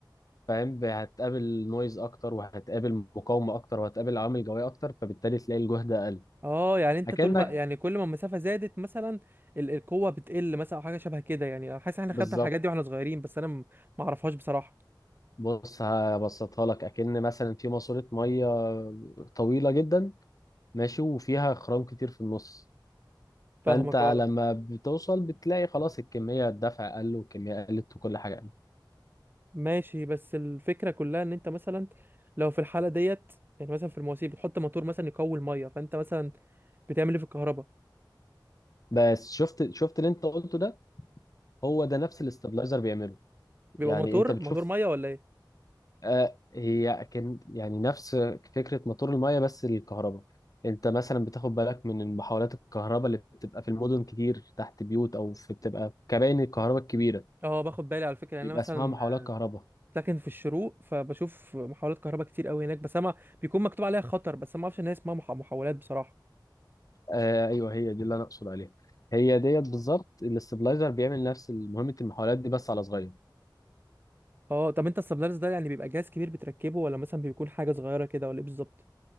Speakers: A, on the left (about 50°); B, on the right (about 25°).
A: فاهم ب- هتقابل نويز اكتر وهتقابل مقاومه اكتر وهتقابل عوامل جويه اكتر فبالتالي تلاقي الجهد اقل
B: اه يعني انت
A: اكنك
B: طول ما يعني كل ما المسافه زادت مثلا ال- القوه بتقل مثلا او حاجه شبه كده يعني انا حاسس احنا
A: بالظبط
B: خدنا الحاجات دي واحنا صغيرين بس انا م- ما اعرفهاش بصراحه
A: بص هبسطها لك اكن مثلا في ماسوره ميه طويله جدا ماشي وفيها خرام كتير في النص
B: فاهمك
A: فانت لما
B: اه
A: بتوصل بتلاقي خلاص الكميه الدفع قل والكميه قلت وكل حاجه قلت
B: ماشي بس الفكره كلها ان انت مثلا لو في الحاله ديت يعني مثلا في المواسير بتحط موتور مثلا يقوي الميه فانت مثلا بتعمل ايه في الكهرباء
A: بس شفت شفت اللي انت قلته ده هو ده نفس الاستابلايزر بيعمله
B: بيبقى
A: يعني
B: موتور
A: انت بتشوف
B: موتور ميه ولا ايه
A: آه، هي كان يعني نفس فكرة موتور المية بس للكهرباء انت مثلا بتاخد بالك من محاولات الكهرباء اللي بتبقى في المدن كتير تحت بيوت او في بتبقى كباين الكهرباء الكبيرة
B: اه باخد بالي على فكره يعني
A: بيبقى
B: انا مثلا
A: اسمها محاولات كهرباء
B: ساكن في الشروق فبشوف محولات كهرباء كتير قوي هناك بس انا بيكون مكتوب عليها خطر بس أنا ما اعرفش ان هي اسمها مح- محولات بصراحه
A: آه ايوه هي دي اللي انا اقصد عليها هي ديت بالظبط الاستبلايزر بيعمل نفس مهمة المحاولات دي بس على صغير
B: اه طب انت السبلايرز ده يعني بيبقى جهاز كبير بتركبه ولا مثلا بيكون حاجه صغيره كده ولا ايه بالظبط